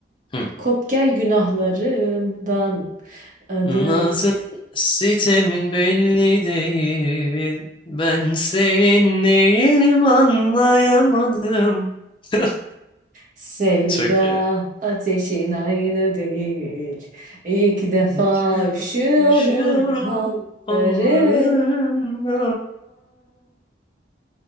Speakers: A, on the left; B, on the right.
A: Hı.
B: Kop gel günahlarından adın
A: Nazın sitemin belli değil. Ben senin neyinim anlayamadım. <laughs>
B: sevda
A: Çok iyi.
B: ateşin aynı değil. İlk defa
A: İlk defa
B: üşüyorum
A: düşüyorum
B: kollarından.
A: onlarında.